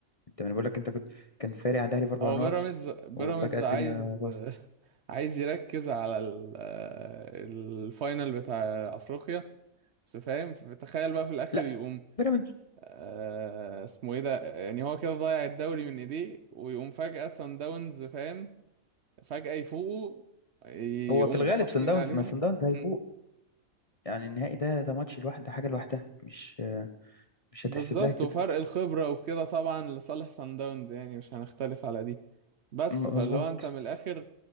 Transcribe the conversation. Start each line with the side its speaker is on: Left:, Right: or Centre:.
Left: أنت ما أنا بقول لك أنت كنت كان فارق عن الأهلي بأربع
Right: هو
Left: نقط
Right: بيراميدز بيراميدز
Left: وفجأة الدنيا
Right: عايز
Left: باظت
Right: <laughs> عايز يركز على ال- آه، الفاينل بتاع افريقيا بس فاهم تخيل بقى في الاخر
Left: لا
Right: يقوم
Left: بيراميدز
Right: آه، اسمه ايه ده يعني هو كده ضيع الدوري من ايديه ويقوم فجأة سان داونز فاهم فجأة يفوقوا يقوموا
Left: هو في الغالب
Right: حاطين
Left: سان داونز
Right: عليهم
Left: ما سان داونز
Right: مم.
Left: هيفوق يعني النهائي ده ده ماتش لوحده حاجة لوحدها مش آه، مش
Right: بالظبط
Left: هتحسب لها كده
Right: وفرق الخبرة وكده طبعا لصالح سان داونز يعني مش هنختلف على دي بس
Left: م-
Right: فلو
Left: مظبوط
Right: انت من الاخر